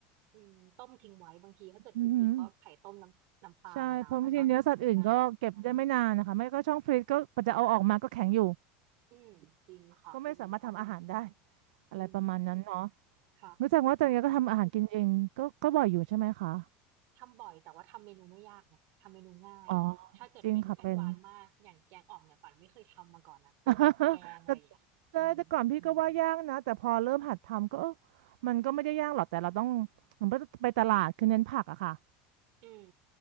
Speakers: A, on the right; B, on the right.
A: อืมต้มทิ้งไว้บางทีถ้าเกิดหิวๆก็ไข่ต้มน้ำน้ำปลามะนาวเนี่ยก็
B: อือหือใช่เพราะบางทีเนื้อสัตว์อื่นก็เก็บได้ไม่นานนะคะไม่ก็ช่องฟรีซก็จะเอาออกมาก็แข็งอยู่
A: ง่าย อืมจริงค่ะ
B: ก็ไม่สามารถทำอาหารได้
A: อืม
B: อะไรประมาณนั้นเนาะ
A: อืมค่ะ
B: รู้จักว่าจากเนี้ยก็ทำอาหารกินเองก็ก็บ่อยอยู่ใช่ไหมคะ
A: ทำบ่อยแต่ว่าทำเมนูไม่ยากไงทำเมนูง่ายถ้าเกิดเมนูแอดวานซ์มากอย่างแกงอ่อมเนี่ยป่านไม่เคยทำมาก่อนนะพวกแบบแกงอะไรอย่างเงี้ยอืม
B: อ๋อจริงค่ะเป็น <laughs> แต่ใช่แต่ก่อนพี่ก็ว่ายากนะแต่พอเริ่มหัดทำก็เออมันก็ไม่ได้ยากหรอกแต่เราต้องเหมือนไปตลาดคือเน้นผักอะค่ะ
A: อืม